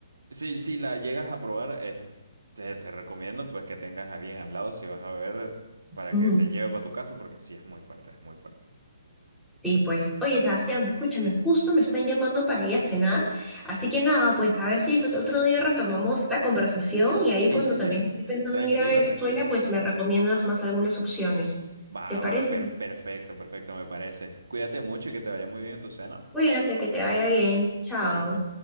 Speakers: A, on the right (about 70°); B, in the centre.
A: es, Sí, si la llegas a probar, es- te, te recomiendo pues que tengas a alguien al lado si vas a beber para
B: Ujú.
A: que te lleve para tu casa, porque sí es muy fuerte, es muy fuerte.
B: Sí, pues, oye, Sebastián, escúchame, justo me están llamando para ir a cenar, así que nada, pues a ver si ot- otro día retomamos la conversación y ahí
A: Sí,
B: cuando
A: sí,
B: también
A: sí.
B: esté pensando
A: Tranquila,
B: en ir a Venezuela,
A: tranquila.
B: pues me recomiendas más algunas opciones.
A: Va,
B: ¿Te parece?
A: va, per- perfecto, perfecto, me parece. Cuídate mucho y que te vaya muy bien en tu cena.
B: Cuídate, que te vaya bien. Chao.
A: Chaito.